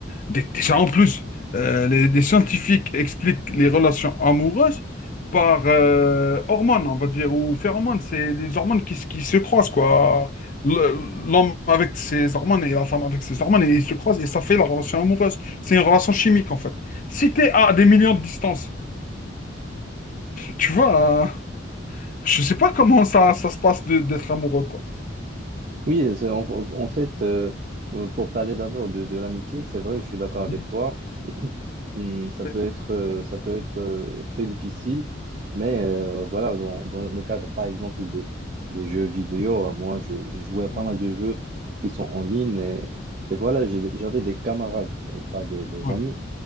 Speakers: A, on the left; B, on the right.
A: Dé- Déjà, en plus, euh, les, des scientifiques expliquent les relations amoureuses par euh, hormones, on va dire, ou phéromones. C'est des hormones qui, se- qui se croisent, quoi. Le- L'homme avec ses hormones et la femme avec ses hormones, et ils se croisent et ça fait la relation amoureuse. C'est une relation chimique en fait. Si t'es à des millions de distance, tu vois, euh, je sais pas comment ça, ça se passe de- d'être amoureux quoi.
B: Oui, c'est- en, en fait, euh, euh, pour parler d'abord de, de l'amitié, c'est vrai, je suis d'accord avec
A: Mhm.
B: toi. <clears throat> Hum, Ça
A: Oui,
B: peut être, euh, ça peut être euh, très difficile, mais euh, voilà, dans, dans le cadre, par exemple, des, des jeux vidéo, euh, moi, je- j'ai joué à pas
A: ouais,
B: mal de jeux qui sont en ligne et, et voilà, j'ai- j'avais des camarades, euh, pas des, des
A: ouais.
B: amis,